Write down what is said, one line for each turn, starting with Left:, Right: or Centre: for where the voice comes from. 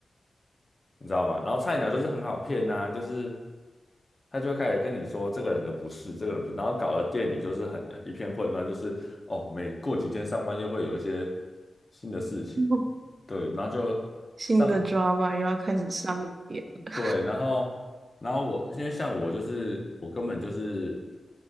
Left: 你知道吗？然后菜鸟就是很好骗呐、就是他就会开始跟你说这个人的不是，这个人不是，然后搞得店里就是很一片混乱，就是哦，每过几天上班又会有一些新的事情，
Right: <laughs>
Left: 对，然后就上，
Right: 新的 drama 又要开始上演了。
Left: 对，然后然后我因为像我就是我根本就是